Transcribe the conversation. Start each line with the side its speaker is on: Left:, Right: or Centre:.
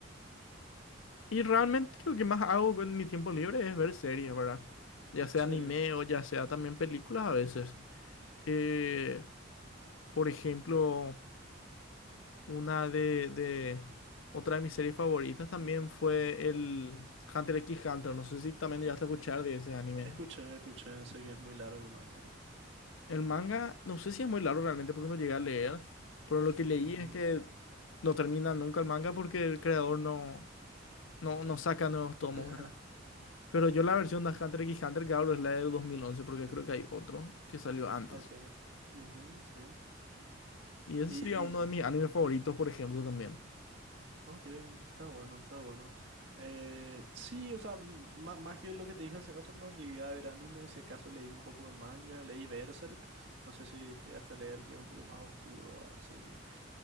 Left: Y realmente lo que más hago con mi tiempo libre es ver series, ¿verdad? Ya sea
Right: Sí.
Left: anime o ya sea también películas a veces. Eh, por ejemplo, una de, de- Otra de mis series favoritas también fue el
Right: ujú.
Left: Hunter x Hunter. No sé si también llegaste a escuchar de ese anime.
Right: Escuché, escuché, sé que es muy largo el manga.
Left: El manga, no sé si es muy largo realmente porque no llegué a leer, pero lo que leí
Right: Ujú.
Left: es que no termina nunca el manga porque el creador no, no, no saca nuevos tomos,
Right: <laughs>
Left: ¿verdad? Pero yo la versión de Hunter x Hunter que hablo es la del 2011 porque creo que hay otro que salió antes.
Right: Ok. ujú, sí.
Left: Y ese
Right: ¿Y,
Left: sería uno de mis animes favoritos, por ejemplo, también.
Right: Ok, está bueno, está bueno. Eh, sí, o sea, m- má- más que lo que te dije hace rato, no llegué a ver anime, si acaso leí un poco de manga, leí Berserk, no sé si llegaste a leer que es un poco más oscuro, así,